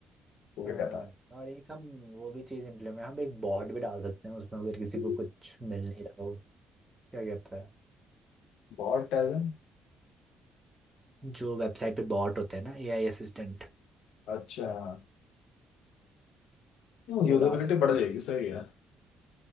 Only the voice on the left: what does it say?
वो
क्या कहता
है
बहुत टैलेंट
अच्छा हाँ,
यूजेबिलिटी
बढ़
जाएगी सही है